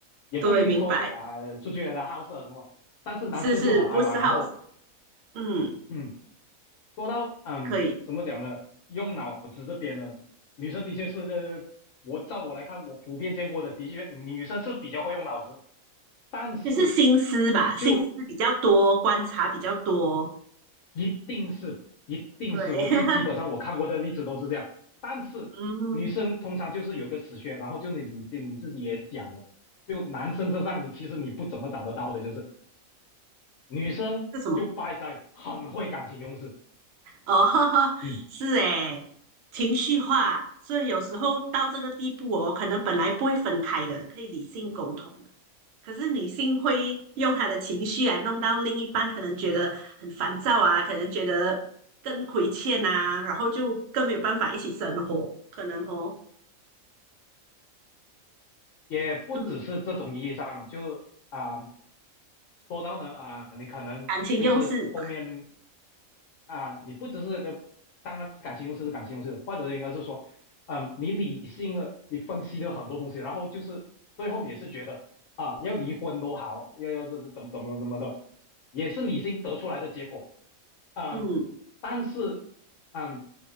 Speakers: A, on the left; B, on the right.
A: 也不一定说是啊、
B: 对，明白，
A: 呃出去的好色啊什么，但是男生就很爱玩。
B: 是是，不是好，
A: 然后
B: 嗯，
A: 嗯，说到嗯怎么讲呢？
B: 可以。
A: 用脑子这边呢，女生的确是这。我照我来看，我普遍见过的，的确女生是比较会用脑子，但是
B: 就是心思吧，
A: 就
B: 心思比较多，观察比较多。
A: 一定是一定是我这基本上我看过的例子都是这样，
B: 对，<laughs>
A: 但是女生通常就是有一个死穴，
B: 嗯，
A: 然后就是你你就你自己也讲了，就男生身上你其实你不怎么找得到的，就是女生就败在很会感情用事，
B: 是什么？哦，<laughs>
A: 嗯，
B: 是诶，情绪化，所以有时候到这个地步哦，可能本来不会分开的，可以理性沟通的，可是女性会用她的情绪来弄到另一半，可能觉得很烦躁啊，可能觉得更亏欠啊，然后就更没有办法一起生活，可能哦，
A: 也不只是这种意义上，
B: 嗯，
A: 就啊、呃说到呢啊、你可能就是后面
B: 感情用事，
A: 啊、你不只是当然感情用事是感情用事，或者应该是说，嗯，你理性了，你分析了很多东西，然后就是最后你是觉得啊、要离婚都好，要要怎怎怎么怎么怎么的，也是理性得出来的结果，嗯，
B: 嗯，
A: 但是嗯，